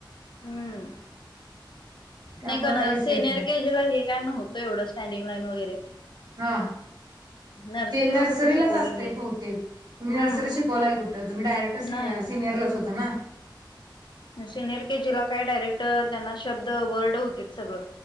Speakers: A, on the left (about 65°); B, on the right (about 55°).
A: हम्म
B: त्यामुळे
A: नाही काणार
B: काही विषयच
A: सेनियर
B: नाही
A: घज लागेल का होत एवढं स्टँडिंग लाईन वगैरे
B: हा
A: नर्सरीला
B: ते नर्सरीलाच
A: कुठं शिकवलंय
B: असते
A: मी
B: बहुतेक तुम्ही
A: हम्म
B: नर्सरी शिकवलाय कुठं तुम्ही डायरेक्ट सिनियरलाच
A: नाही
B: होता ना
A: सिनिर के जी ला काय डायरेक्ट त्यांना शब्द वर्ड होती सगळं